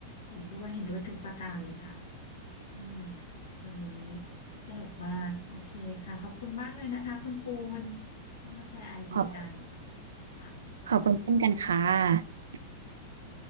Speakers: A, on the left; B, on the right.
A: เห็นด้วยเห็นด้วยทุกประการเลยค่ะอืมวันนี้สนุกมากโอเคค่ะขอบคุณมากเลยนะคะคุณปูนที่มาแชร์ไอเดียกัน
B: ขอบ
A: ค่ะ
B: ขอบคุณเช่นกันค่ะ
A: ค่ะ